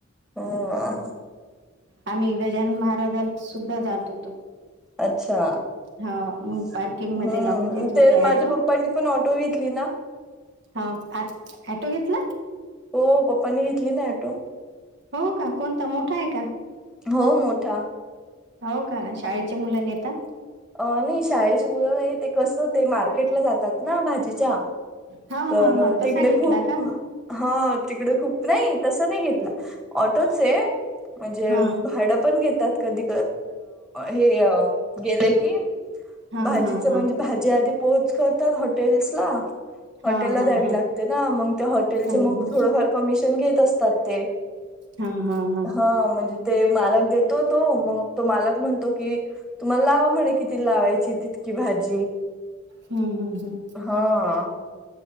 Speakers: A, in the centre; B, on the right (about 60°).
A: हं आ.
B: आम्ही गजानन महाराज सुद्धा जात होतो.
A: अच्छा
B: हा मग
A: हम्म
B: पार्किंग मध्ये लावून देत होते
A: ते माझ्या
B: ऑटो
A: पप्पनी पण ऑटो घेतली ना.
B: हा आ, ॲटो घेतला.
A: हो पप्पपानी घेतली नाही ॲटो.
B: हो का कोणता मोठा आहे का?
A: हो मोठा
B: हो का शाळेचे मुलं नेतात.
A: अ नाही शाळेची मुलं नाही ते कसं, ते मार्केटला जातात ना भाजीच्या.
B: हा
A: तर
B: हा हा तसा
A: तिकडे
B: घेतला
A: खूप
B: का
A: हा तिकड खूप नाही तसं नाही., घेतला ऑटोच आहे म्हणजे
B: हा
A: झाडं पण घेतात, कधी हे गेले की
B: हा
A: भाजीच
B: हा
A: म्हणजे
B: हा
A: भाजी आधी पोहोच करतात हॉटेल्स ला.
B: हा
A: हॉटेल ला
B: हा
A: द्यावी
B: हा
A: लागते ना मग त्या हॉटेलचे
B: हो
A: मग
B: हो
A: थोडंफार कमिशन घेत असतात ते
B: हा हा हा.
A: हा म्हणजे ते मालक देतो तो मग तो मालक म्हणतो की तुम्हाला लावा म्हणे. किती लावायची तितकी भाजी
B: हम्म हम्म हम्म
A: हा.